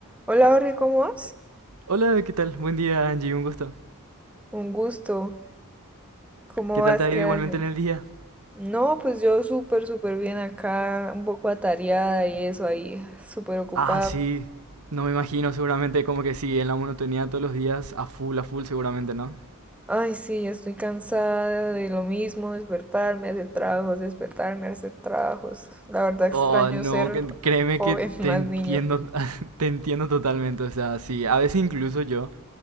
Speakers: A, in the centre; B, on the right.
A: Hola Jorge, ¿cómo vas?
B: Hola, ¿qué tal? Buen día, Angie, un gusto.
A: Un gusto. ¿Cómo
B: ¿Qué
A: vas?
B: tal te ha
A: ¿Qué
B: ido
A: haces?
B: igualmente en el día?
A: No, pues yo súper, súper bien acá, un poco atareada y eso ahí, súper ocupada.
B: Ah, sí, no me imagino, seguramente como que sí, en la monotonía todos los días, a full, a full, seguramente, ¿no?
A: Ay, sí, ya estoy cansada de lo mismo, despertarme, hacer trabajos, despertarme, hacer trabajos. La verdad extraño
B: Oh, no,
A: ser
B: que- créeme
A: joven,
B: que
A: <laughs> más
B: te entiendo,
A: niña.
B: <laughs> te entiendo totalmente, o sea, sí, a veces incluso yo